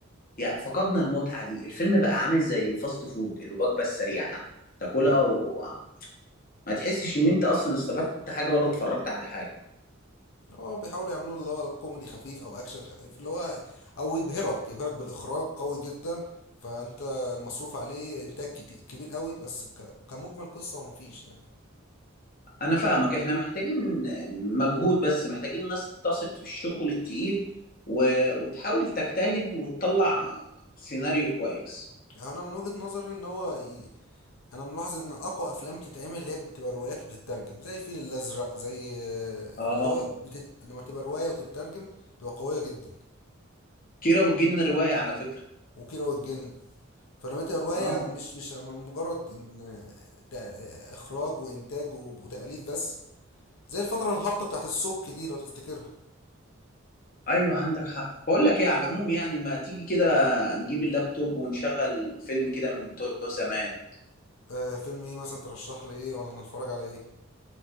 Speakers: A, on the left; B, on the left.
A: يعني فقدنا المتعة دي الفيلم بقى عامل زي الفاست فود الوجبة السريعة تاكلها
B: مم.
A: وما تحسش ان انت اصلا استفدت حاجة ولا اتفرجت على حاجة
B: هو بيحاولوا يعملوا اللي هو كوميدي خفيف او اكشن خفيف اللي هو او يبهرك يبهرك بالاخراج قوي جدا فانت مصروف عليه انتاج كت- كبير قوي بس ك- كمجمل قصه هو مفيش يعني
A: انا فاهمك احنا محتاجين مجهود بس محتاجين ناس تثق في الشغل التقيل و... وتحاول تجتهد وتطلع سيناريو كويس
B: انا من وجهه نظري ان هو ي- انا ملاحظ ان اقوى افلام تتعمل اللي هي بتبقى روايات وتترجم زي الفيل الازرق زي آه،
A: اه
B: اللي هو بتت... لما تبقى روايه وتترجم بتبقى قويه جدا
A: كيرة والجن رواية على فكرة
B: وكيرة والجن فلما تبقى روايه
A: اه
B: مش مش مجرد إن تا- اخراج وانتاج وتاليف بس زي الفتره الهابطه بتاعت السبك دي لو تفتكرها
A: ايوه عندك حق بقول لك ايه على العموم يعني ما تيجي كده نجيب اللابتوب ونشغل فيلم كده من بتوع زمان
B: آه فيلم ايه مثلا ترشح لي ايه ولا نتفرج على ايه